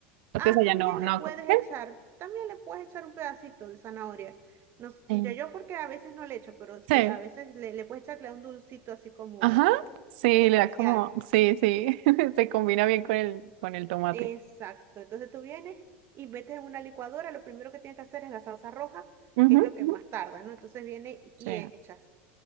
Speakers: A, on the right (about 65°); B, on the right (about 45°).
A: Entonces
B: ah,
A: allá
B: también
A: no, no.
B: le puedes
A: ¿qué?
B: echar, también le puedes echar un pedacito de zanahoria. No, s-
A: Eh,
B: yo, yo porque a veces no le echo, pero sí,
A: Sí.
B: a veces le, le puedes echarle un dulcito así como
A: Ajá. Sí,
B: especial.
A: le da como, sí, sí. <laughs> Se combina bien con el, con el tomate.
B: Exacto. Entonces tú vienes y metes en una licuadora, lo primero que tienes que hacer es la salsa roja,
A: Ujú,
B: que es lo que
A: ujú.
B: más tarda, ¿no? Entonces viene
A: Sí.
B: y echas